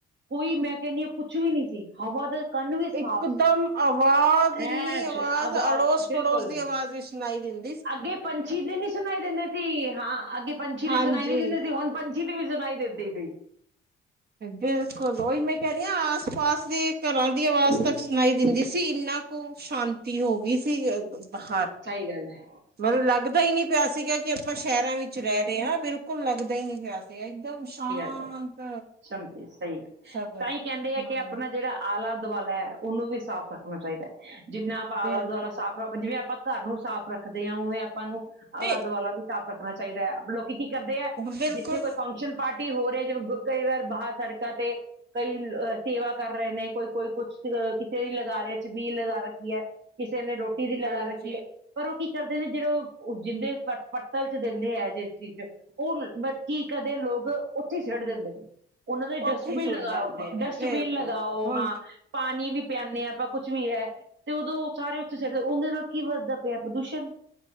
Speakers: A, on the right; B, on the right.
A: ਕੋਈ ਮੈਂ ਕਹਿੰਨੀ ਆ ਕੁਛ ਵੀ ਨੀ ਸੀ। ਹਵਾ ਦਾ ਕੰਨ ਵੀ ਸਾਫ਼
B: ਇੱਕਦਮ
A: ਸੀ
B: ਆਵਾਜ਼ ਇੰਨੀ
A: ਐ
B: ਆਵਾਜ਼ ਅੜੋਸ
A: ਬਿਲਕੁਲ
B: -ਪੜੋਸ ਦੀ ਆਵਾਜ਼ ਸੁਣਾਈ ਦਿੰ
A: ਅੱਗੇ ਪੰਛੀ ਦੀ ਨੀ ਸੁਣਾਈ ਦਿੰਦੇ ਸੀ ਹਾਂ ਅੱਗੇ ਪੰਛੀ
B: ਹਾਂਜੀ
A: ਦੀ ਸੁਣਾਈ ਨੀ ਦਿੰਦੇ ਸੀ ਹੁਣ ਪੰ ੀ ਦੀ ਵੀ ਸੁਣਾਈ ਦਿੰਦੀ ਸੀ।
B: ਬਿਲਕੁਲ ਉਹੀ ਮੈਂ ਕਹਿ ਰਹੀ ਆ, ਆਸ -ਪਾਸ ਦੇ ਘਰਾਂ ਦੀ ਆਵਾਜ਼ ਤੱਕ ਸੁਣਾਈ ਦਿੰਦੀ ਸੀ ਇੰਨਾ ਖ ਸ਼ਾਂਤੀ ਹੋ ਗਈ ਸੀ ਬਾਹਰ
A: ਸਹੀ ਗੱਲ ਐ।
B: ਮਤਲਬ ਲੱਗਦਾ ਈ ਨ ਪਿਆ ਸੀਗਾ ਕਿ ਆਪਾਂ ਸ਼ਹਿਰਾਂ ਵਿੱਚ ਰਹਿ ਰਹੇ ਹਾਂ ਮੇਰੇ ਬਿਲਕੁਲ ਲੱਗਦਾ ਈ ਨੀ ਪਿਆ ਸੀ ਇੱਕਦਮ ਸ਼ਾਂਤ
A: ਹੈ ਚੱਲੋ ਸਹੀ ਗੱਲ
B: ਸਭ ਹਾਂ
A: ਤਾਂ ਈ ਕਹਿੰਦੇ ਐ ਕਿ ਆਪਣਾ ਜਿਹੜਾ ਆਲਾ -ਦੁਆਲਾ। ਉਹਨੂੰ ਵੀ ਸਾਫ਼ ਰੱਖਣਾ ਚਾਹੀਦਾ, ਜਿੰਨਾ ਆਪਾਂ
B: ਬਿਲਕੁਲ
A: ਆਲਾ- ਦੁਆਲਾ ਸਾਫ਼ ਜਿਵੇਂ ਆਪਾਂ ਘਰ ਨੂੰ ਸਾਫ਼ ਰੱਖਦੇ ਆ, ਉਵੇਂ ਆਪਾਂ ਨੂੰ ਆਲਾ
B: ਤੇ
A: -ਦੁਆਲਾ ਵੀ ਸਾਫ਼ ਰੱਖਣਾ ਚਾਹੀਦਾ ਐ, ਲੋਕ ਕੀ ਕੀ ਕਰਦੇ ਹੈ
B: ਬਿਲਕੁਲ
A: ਜਿੱਥੇ ਕੋਈ ਫੰਕਸ਼ਨ ਪਾਰਟੀ ਹੋ ਰਿਹਾ ਜਿਵੇਂ ਕਈ ਵਾਰ ਬਾਹਰ ਸੜਕਾਂ ਤੇ ਕਈ ਅਹ ਸੇਵਾ ਕਰ ਰਹੇ ਨੇ ਕੋਈ ਕੋਈ ਕੁਛ ਅ ਕਿਸੇ ਦੀ ਲਗਾ ਰਿਹਾ ਛਬੀਲ ਲਗਾ ਰੱਖੀ ਹੈ ਕਿਸੇ ਨੇ ਰੋਟੀ ਦੀ ਲਗਾ
B: ਹਾਂਜੀ
A: ਰੱਖੀ ਹੈ ਪਰ ਉਹ ਕੀ ਕਰਦੇ ਨੇ ਜਿਹੜੇ ਜਿੰਦੇ ਪੱਤਲ ਚ ਦਿੰਦੇ ਹੈ ਜਿਸ ਚੀਜ਼ ਚ ਉਹ ਕੀ ਕਦੇ ਲੋਕ ਉੱਥੇ ਸਿਟ ਦਿੰਦੇ ਨੇ ਉਹਨਾਂ ਦਾ
B: ਉੱਥੇ
A: ਡਸਟਬਿਨ
B: ਹੀ ਸੁੱਟ
A: ਲਗਾਓ
B: ਜਾਂਦੇ ਨੇ
A: ਡਸਟਬਿਨ
B: ਬਿਲਕੁਲ
A: ਲਗਾਓ
B: ਹੁਣ
A: ਹਾਂ ਪਾਣੀ ਵੀ ਪਿਆਨੇ ਹਾਂ ਆਪਾਂ ਕੁਛ ਵੀ ਹੈ ਤੇ ਉਦੋਂ ਸਾਰੇ ਉੱਥੇ ਸਟਦੇ ਉਹਦੇ ਨਾਲ ਕੀ ਵੱਧਦਾ ਪਿਆ ਪ੍ਰਦੂਸ਼ਣ